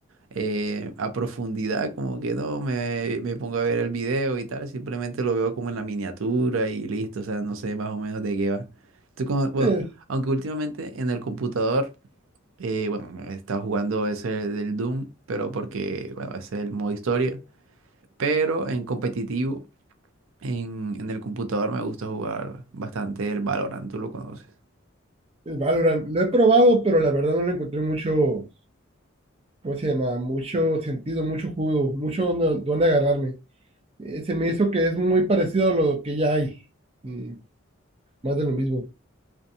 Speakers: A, on the right; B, on the right.
A: eh, a profundidad, como que no me, me pongo a ver el video y tal, simplemente lo veo como en la miniatura y listo, o sea, no sé más o menos de qué va. Tú como- bueno,
B: Eh,
A: aunque últimamente en el computador, eh, bueno, me está jugando ese del Doom, pero porque, bueno, ese es el modo historia, pero en competitivo, en, en el computador me gusta jugar bastante el Valorant, ¿tú lo conoces?
B: el Valorant. Lo he probado, pero la verdad no le encontré mucho, ¿cómo se llama? Mucho sentido, mucho jugo, mucho donde, donde agarrarme. Eh, se me hizo que es muy parecido a lo que ya hay. mm, más de lo mismo.